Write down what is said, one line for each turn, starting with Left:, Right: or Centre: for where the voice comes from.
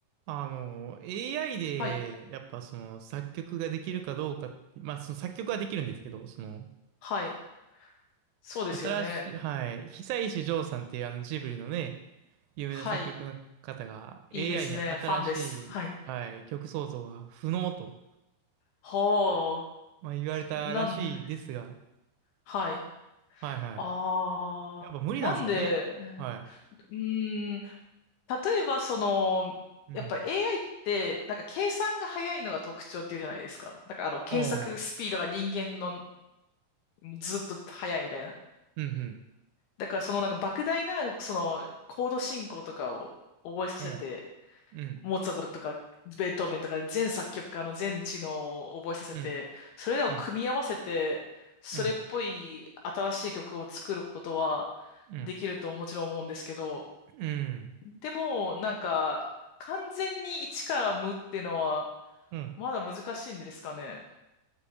Right: あの、AI で、
Left: はい。
Right: やっぱその作曲ができるかどうかって、まあその作曲はできるんですけど、その、
Left: はい。そうですよね。
Right: 新しい、はい、久石譲さんっていうあのジブリのね、有名な作曲の方が
Left: はい。
Right: AI
Left: いいですね。
Right: に新しい、
Left: ファンです。はい。
Right: はい、曲創造が不能と、
Left: ほあ。
Right: まあ、言われたらしいですが、
Left: なん、はい。
Right: はいはい。
Left: ああ。
Right: やっぱ無理なんですかねはい。
Left: なんで、うーん、例えばその、
Right: うん。
Left: やっぱ AI って、なんか計算が早いのが特徴っていうじゃないですか。だからあの、検索スピードが人間の
Right: ああ、
Left: ずっと早いみたいな。
Right: うんうん。
Left: だからそのなんか莫大な、その、コード進行とかを覚えさせて、
Right: うん。うん。
Left: モーツァルトとか、ベートーベンとか、全作曲家の全知能を覚えさせて、
Right: うん。
Left: それらを組み合わせて、
Right: うん。
Left: それっぽい新しい曲を作ることは
Right: うん。うん。
Left: できるともちろん思うんですけど、
Right: うん。
Left: でも、なんか、完全に一から無っていうのは、
Right: うん。
Left: まだ難しいんですかね。